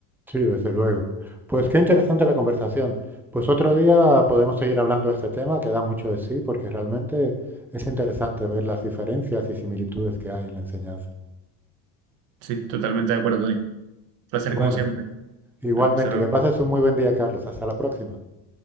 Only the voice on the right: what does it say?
Sí, totalmente de acuerdo, Tony. Placer
como siempre.
Vale, hasta luego.